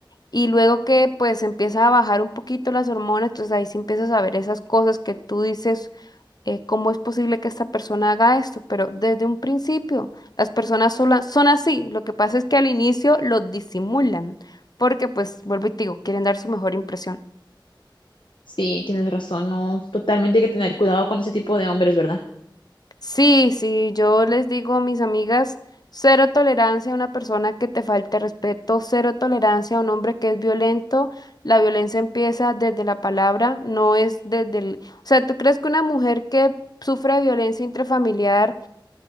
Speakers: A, on the left; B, on the left.
A: Y luego que pues empieza a bajar un poquito las hormonas, entonces ahí sí empiezas a ver esas cosas que tú dices eh, cómo es posible que esta persona haga esto, pero desde un principio las personas sola- son así. Lo que pasa es que al inicio lo disimulan, porque pues, vuelvo y te digo, quieren dar su mejor impresión.
B: Sí, tienes razón, no, totalmente hay que tener cuidado con ese tipo de hombres, ¿verdad?
A: Sí, sí, yo les digo a mis amigas, cero tolerancia a una persona que te falte respeto, cero tolerancia a un hombre que es violento. La violencia empieza desde la palabra, no es desde el... O sea, ¿tú crees que una mujer que sufre violencia intrafamiliar